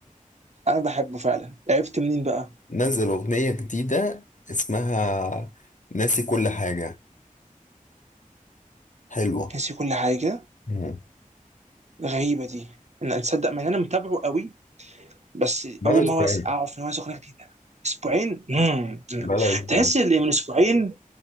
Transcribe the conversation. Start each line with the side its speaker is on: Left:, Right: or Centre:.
Right: انا بحبه فعلا عرفت منين بقى
Left: نزل اغنية جديدة اسمها ناسي كل حاجة حلوة
Right: ناسي كل حاجه
Left: مم.
Right: غريبه دي ان انا تصدق مع ان انا متابعه قوي بس
Left: بلا
Right: اول
Left: اسبوعين
Right: مره أس- اعرف ان هو ينزل اغنيه جديده اسبوعين مم.
Left: بلا اسبوعين
Right: تحس ان من اسبوعين